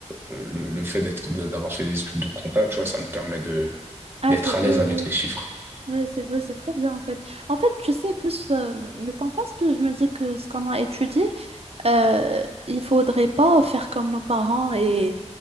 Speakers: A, on the right; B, on the right.
A: le, le fait d'être de- d'avoir fait des études de compta, tu vois, ça me permet de
B: Ah,
A: d'être
B: c'est vrai,
A: à l'aise
B: oui.
A: avec les chiffres.
B: Oui, c'est vrai, c'est trop bien en fait. En fait, tu sais, plus euh, le temps passe, plus je me dis que ce qu'on a étudié, Euh, il faudrait pas faire comme nos parents et,